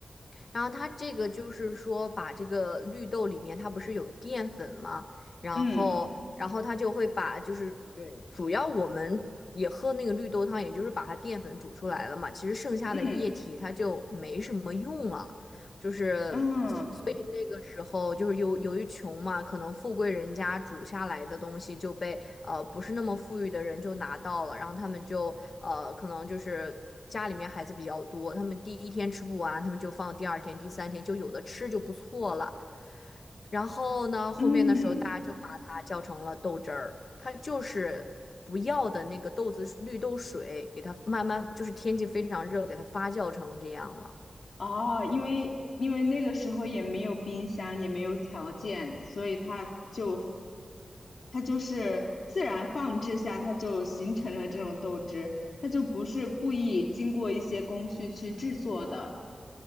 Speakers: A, on the left (about 60°); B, on the left (about 75°).
A: 然后它这个就是说，把这个绿豆里面它不是有淀粉吗？然后，
B: 嗯
A: 然后它就会把就是呃主要我们也喝那个绿豆汤，也就是把它淀粉煮出来了嘛。其实剩下的液体它就没什么用了，
B: 嗯
A: 就是所以那个时候就是由由于穷嘛，
B: 嗯
A: 可能富贵人家煮下来的东西就被。呃不是那么富裕的人就拿到了，然后他们就呃可能就是家里面孩子比较多，他们第一天吃不完，他们就放第二天、第三天，就有的吃就不错了。然后呢，后面的时候大家就把它叫成了豆汁儿，
B: 嗯。
A: 它就是不要的那个豆子绿豆水，给它慢慢就是天气非常热，给它发酵成这样了。
B: 哦，因为因为那个时候也没有冰箱，也没有条件，所以它就它就是自然放置下，它就形成了这种豆汁，它就不是故意经过一些工序去制作的。